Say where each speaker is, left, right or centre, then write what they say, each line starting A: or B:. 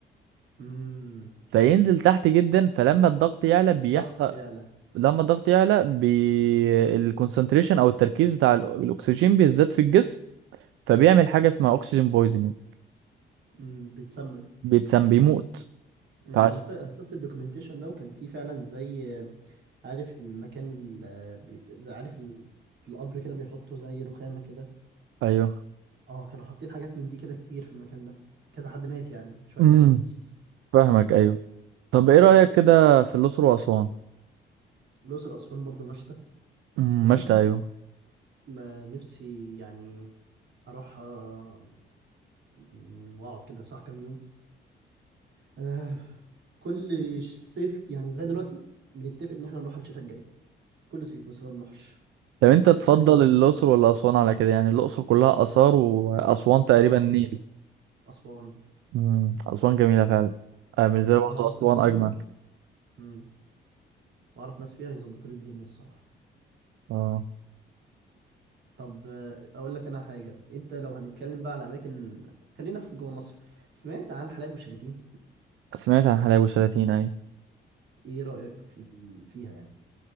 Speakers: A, on the right (about 65°); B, on the right (about 80°).
A: امم
B: فينزل تحت جدا فلما الضغط يعلى بيحصل
A: ضغط يعلى
B: لما الضغط يعلى بي... الكونسنتريشن او التركيز بتاع ال- الاكسجين بيزداد في الجسم فبيعمل حاجه اسمها اكسجين بويزنج
A: امم بتسمم
B: بيتسم بيموت
A: أمم،
B: فعش...
A: انا ف... انا شفت الدوكيومنتيشن ده وكان فيه فعلا زي آه، عارف المكان ال... آه، بي... زي عارف ال... في القبر كده بيحطوا زي رخامة كده
B: ايوه
A: اه كانوا حاطين حاجات من دي كده كتير في المكان ده كذا حد مات يعني مش واحد
B: امم
A: بس
B: فاهمك ايوه طب
A: بس
B: ايه رايك
A: ده
B: كده
A: حوار تاني.
B: في الاقصر واسوان
A: الأقصر وأسوان برضو مشتى
B: امم
A: تمام
B: مشت ايوه
A: ما نفسي يعني أروح آه، م- وأقعد كده صح كام يوم آه، كل ش- صيف يعني زي دلوقتي بنتفق إن احنا نروح الشتاء الجاي كل صيف بس ما بنروحش
B: طب انت تفضل
A: مش عارف ليه
B: الاقصر ولا اسوان على كده يعني الاقصر كلها اثار واسوان تقريبا
A: أسوان
B: نيل
A: أسوان
B: امم اسوان جميله فعلا آه بالنسبه
A: امم
B: لي برضه
A: وانا اعرف
B: اسوان
A: ناس فيها
B: اجمل
A: امم واعرف ناس فيها يظبطوا لي الدنيا الصراحه
B: اه
A: طب آه، اقول لك انا حاجه انت لو هنتكلم بقى على اماكن خلينا في جوه مصر سمعت عن حلايب وشلاتين
B: سمعت عن حلايب وشلاتين ايوه
A: ايه رايك في ال... فيها يعني